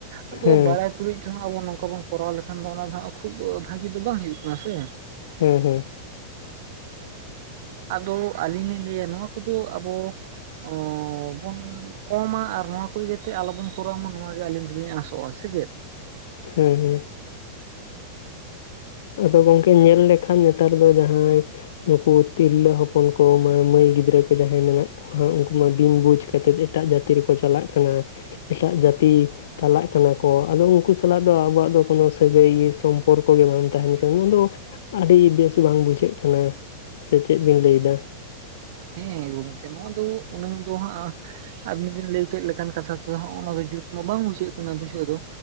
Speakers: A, on the right; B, on the left.
A: ᱟᱫᱚ
B: ᱦᱮᱸ
A: ᱵᱟᱲᱟᱭ ᱛᱩᱞᱩᱡ ᱠᱷᱟᱱ ᱟᱵᱚ ᱱᱚᱝᱠᱟ ᱵᱚᱱ ᱠᱚᱨᱟᱣ ᱞᱮᱠᱷᱟᱱ ᱫᱚ ᱚᱱᱟ ᱫᱚ ᱦᱟᱸᱜ ᱠᱷᱩᱵ ᱵᱷᱟᱹᱜᱤ ᱫᱚ ᱵᱟᱝ ᱦᱩᱭᱩᱜ ᱠᱟᱱᱟ ᱥᱮ᱾
B: ᱦᱮᱸ ᱦᱮᱸ᱾
A: ᱟᱫᱚ ᱟᱞᱤᱧ ᱞᱤᱧ ᱞᱟᱹᱭᱟ ᱱᱚᱣᱟ ᱠᱚᱫᱚ ᱟᱵᱚ ᱚᱸ ᱵᱚᱱ ᱠᱚᱢᱟ ᱟᱨ ᱱᱚᱣᱟ ᱠᱚ ᱡᱟᱛᱮ ᱟᱞᱚᱵᱚᱱ ᱠᱚᱨᱟᱣ ᱢᱟ ᱱᱚᱣᱟ ᱜᱮ ᱟᱹᱞᱤᱧ ᱫᱚᱞᱤᱧ ᱟᱥᱚᱜ-ᱟ᱾ᱥᱮ ᱪᱮᱫ?
B: ᱦᱮᱸ ᱦᱮᱸ᱾ ᱟᱫᱚ ᱜᱚᱝᱠᱮ ᱧᱮᱞ ᱞᱮᱠᱷᱟᱱ ᱱᱮᱛᱟᱨ ᱫᱚ ᱡᱟᱦᱟᱸᱭ ᱱᱩᱠᱩ ᱛᱤᱨᱞᱟᱹ ᱦᱚᱯᱚᱱ ᱠᱚ ᱢᱟᱹ ᱢᱟᱹᱭ ᱜᱤᱫᱽᱨᱟᱹ ᱠᱚ ᱡᱟᱦᱟᱸᱭ ᱢᱮᱱᱟᱜ ᱠᱚᱣᱟ ᱩᱱᱠᱩ ᱩ ᱢ‌ᱟ ᱵᱤᱱ ᱵᱩᱡᱽ ᱠᱟᱛᱮᱜ ᱮᱴᱟᱜ ᱡᱟᱹᱛᱤ ᱨᱮᱠᱚ ᱪᱟᱞᱟᱜ ᱠᱟᱱᱟ ᱮᱴᱟᱜ ᱡᱟᱛᱤ ᱛᱟᱞᱟᱜ ᱠᱟᱱᱟ ᱠᱚ᱾ ᱟᱫᱚ ᱩᱱᱠᱩ ᱥᱟᱞᱟᱜ ᱫᱚ ᱟᱵᱚᱣᱟᱜ ᱫᱚ ᱠᱚᱱᱚ ᱥᱟᱹᱜᱟᱹᱭ ᱭᱟᱹ ᱥᱚᱢᱯᱚᱨᱠᱚ ᱜᱮ ᱵᱟᱝ ᱛᱟᱦᱮᱱ ᱠᱟᱱᱟ᱾ ᱱᱚᱣᱟ ᱫᱚ ᱟᱹᱰᱤ ᱵᱮᱥ ᱵᱟᱝ ᱵᱩᱡᱷᱟᱹᱜ ᱠᱟᱱᱟ᱾ ᱥᱮ ᱪᱮᱫ ᱵᱤᱱ ᱞᱟᱹᱭ ᱫᱟ?
A: ᱦᱮᱸ ᱜᱚᱢᱠᱮ ᱱᱚᱣᱟ ᱫᱚ ᱩᱱᱟᱹᱝ ᱫᱚ ᱦᱟᱸᱜᱼᱼ ᱟᱵᱤᱱ ᱵᱤᱱ ᱞᱟᱹᱭ ᱠᱮᱫ ᱞᱮᱠᱟᱱ ᱠᱟᱛᱷᱟ ᱛᱮ ᱦᱚᱸᱜ- ᱚᱱᱟ ᱫᱚ ᱡᱩᱛ ᱢᱟ ᱵᱟᱝ ᱵᱩᱡᱷᱟᱹᱜ ᱠᱟᱱᱟ ᱵᱩᱡᱷᱟᱹᱣ ᱫᱚ᱾